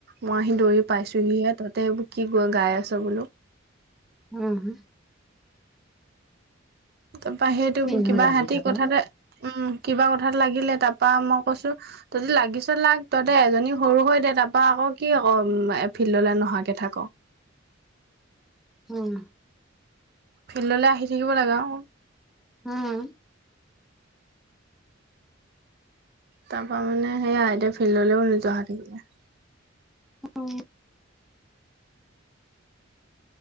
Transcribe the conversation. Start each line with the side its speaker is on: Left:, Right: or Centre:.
Right: মই আহি দৌৰি পাইছোহিহে, তহঁতে এইবোৰ কি গাই আছ' বোলো?
Centre: উম।
Right: তাৰপা সেইটো
Centre: এনেও
Right: কিবা
Centre: লাগি
Right: হিতি
Centre: থাকক
Right: কথাতে উম, কিবা কথাত লাগিলে। তাৰপা মই কৈছো- তহ'তি লাগিছ লাগ, তহ'তে এজনী সৰু হৈ দে, তাৰপা আকৌ কি ক ফিল্ডলৈ নহাকে থাক?
Centre: উম।
Right: ফিল্ডলৈ আহি থাকিব লাগে অ'ক।
Centre: উম।
Right: তাৰ পৰা মানে সেইয়া, এতিয়া ফিল্ডলৈও নোযোৱা হৈ থাকিলে।
Centre: অঁ।